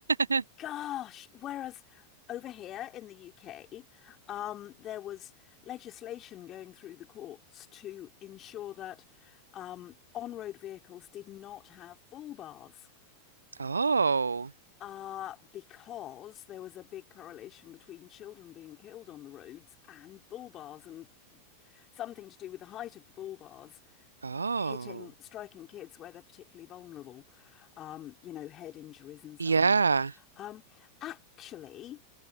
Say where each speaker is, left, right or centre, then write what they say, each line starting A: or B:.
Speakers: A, on the right; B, on the left.
A: <laughs>
B: Gosh, whereas over here in the UK, um, there was legislation going through the courts to ensure that um, on-road vehicles did not have bull bars,
A: Oh,
B: uh, because there was a big correlation between children being killed on the roads and bull bars, and something to do with the height of the bull bars
A: oh,
B: hitting, striking kids where they're particularly vulnerable, um, you know, head injuries and so
A: yeah.
B: on. Um, actually.